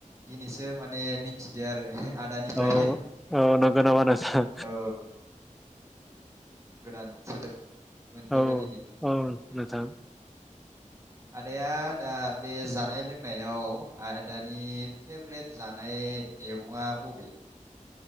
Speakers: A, on the right; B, in the centre.
A: दिनैसो माने मिथिदो आरो आदानिफ्राय
B: औ औ नंगौ नामा नोंथां।
A: औ गोदान सोदोब मोनफेरबाय
B: औ
A: दिनै
B: औ नोंथां
A: आदाया दा बे जानाय लोंनायाव आदानि फेबरेट जानाय मैगङा बबे?